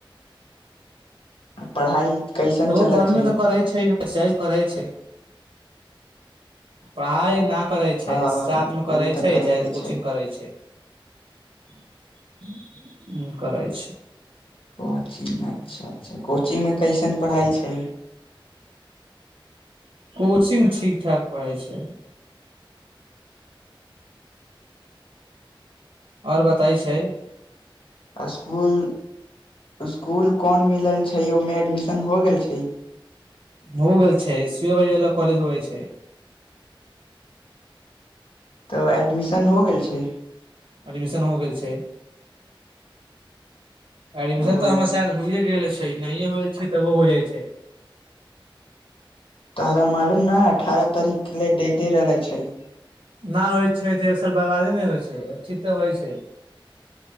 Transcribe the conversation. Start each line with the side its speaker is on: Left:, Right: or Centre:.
Left: आ पढ़ाई। कैसन
Right: तऽब
Left: चलत
Right: गर्मी
Left: छै
Right: तऽ करै छै। करै छै, पढ़ाई न। करै छै,
Left: हँ
Right: साथ में करै
Left: ओ तऽ
Right: छै
Left: करे
Right: चाहे
Left: के छै
Right: कोचिंग करै छै। उ करै छै।
Left: कोचिंग अच्छा-अच्छा कोचिंग में कैसन। पढ़ाई छै।
Right: कोचिंग ठीक-ठाक पढ़ाई छै। आओर बताय छै।
Left: इसकुल। स्कूल कौन में। छै, ओहिमें एडमिशन हो गेल छै।
Right: हो गेल छै सुए बजे वाला कॉलेज होइय छै।
Left: तऽ एडमिशन हो गेल छै।
Right: एडमिशन हो गेल छै। एडमिशन
Left: ओ
Right: तऽ हमरा शायद, होइए गेल अछि। नाए होल छै, तबो हो जाइ छै।
Left: तोरा मालूम ने अठारह तारीख के ले डेटे रहले छै।
Right: ना हो छै, तऽ एक साल। बर्बादे नहि होइ छै, ठीक तऽ होइ छै।